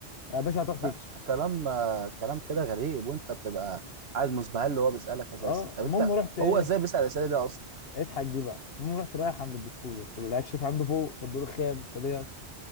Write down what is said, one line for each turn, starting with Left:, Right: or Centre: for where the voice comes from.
Left: يا باشا هتروح تكشف
Right: لا كلام كلام كده غريب وانت بتبقى قاعد مسبهل اللي هو بيسألك اساسا
Left: اه
Right: طب
Left: المهم
Right: انت
Left: رحت ايه
Right: هو ازاي بيسأل الاسئله دي اصلا
Left: اضحك دي بقى المهم رحت رايح عند الدكتور اللي هكشف عنده فوق في الدور الخامس طلعت